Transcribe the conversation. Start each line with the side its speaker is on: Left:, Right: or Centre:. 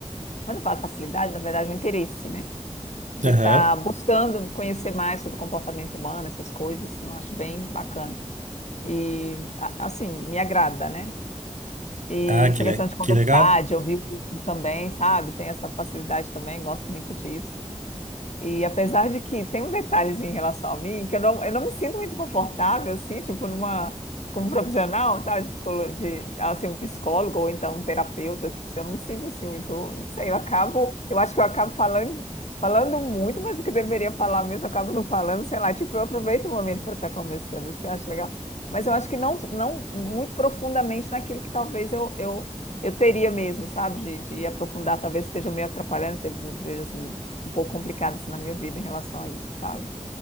Left: quando eu falo facilidade, na verdade, é um interesse, né? De
Right: Aham.
Left: estar buscando conhecer mais sobre o comportamento humano, essas coisas, assim, eu acho bem bacana. E, a- assim, me agrada, né? E
Right: Ah,
Left: essa
Right: que,
Left: questão
Right: le,
Left: de conversar,
Right: que legal.
Left: de ouvir o outro também, sabe? Tem essa facilidade também, gosto muito disso. E apesar de que tem um detalhezinho em relação a mim, que eu não, eu não me sinto muito confortável, assim, tipo, numa, como profissional, sabe, de, psicolo- de, assim, um psicólogo ou então um terapeuta, assim, eu não me sinto, assim, muito, não sei, eu acabo, eu acho que eu acabo falando, falando muito, mas o que deveria falar mesmo, eu acabo não falando, sei lá, tipo, eu aproveito o momento para estar conversando, você acha legal? Mas eu acho que não, não muito profundamente naquilo que talvez eu, eu eu teria mesmo, sabe, de, de aprofundar, talvez esteja meio atrapalhando, teve- veja assim, um pouco complicado assim, na minha vida em relação a isso, sabe?